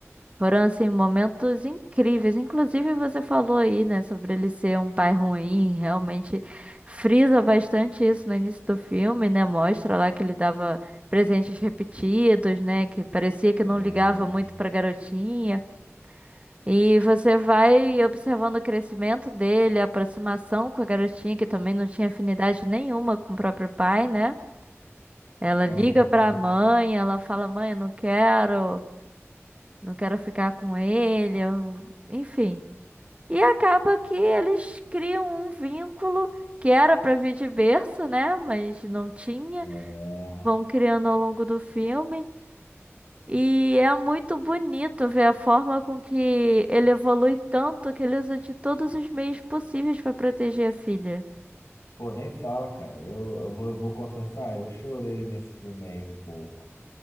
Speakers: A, on the right; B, on the left.
A: Foram, assim, momentos incríveis. Inclusive, você falou aí, né, sobre ele ser um pai ruim. Realmente frisa bastante isso no início do filme, né? Mostra lá que ele dava presentes repetidos, né? Que parecia que não
B: é
A: ligava muito pra garotinha. E você vai observando o crescimento dele, a aproximação com a garotinha, que também não tinha afinidade nenhuma com o próprio pai, né? Ela
B: Não,
A: liga
B: verdade.
A: pra mãe, ela fala: Mãe, eu não quero não quero ficar com ele, eu- enfim. E acaba que eles criam um vínculo que era pra vir de berço, né? Mas não tinha,
B: É...
A: vão criando ao longo do filme. E é muito bonito ver a forma com que ele evolui tanto que ele usa de todos os meios possíveis pra proteger a filha.
B: Pô, nem fala, cara. Eu, eu vou, eu vou confessar, eu chorei nesse filme aí um pouco.